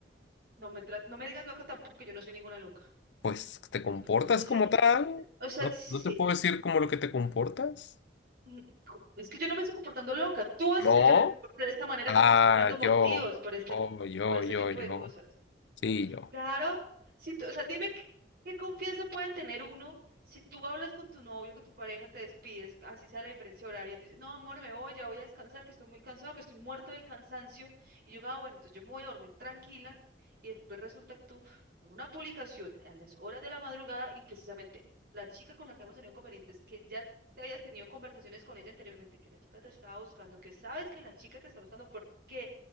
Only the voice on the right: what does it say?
no me tra- no me digas loca tampoco, que yo no soy ninguna loca,
Respeto, no sé
si,
o sea,
sí,
mm, co- es que yo no me estoy comportando loca, tú haces
que yo me comporte de esta manera
porque estás dando motivos
por este,
por este
tipo
de cosas.
Claro, si tú, o sea, dime qué, qué confianza puede tener uno si tú hablas con tu novio, con tu pareja, te despides, así sea la diferencia horaria, tú dices, no, amor, me voy, ya voy a descansar, que estoy muy cansado, que estoy muerto del cansancio, y yo, ah, bueno, entonces yo me voy a dormir tranquila, y después resulta que tú, con una publicación a las horas de la madrugada, y precisamente la chica con la que hemos tenido inconvenientes, que ya te habías tenido conversaciones con ella anteriormente, que la chica te estaba buscando, que sabes que la chica te está buscando porque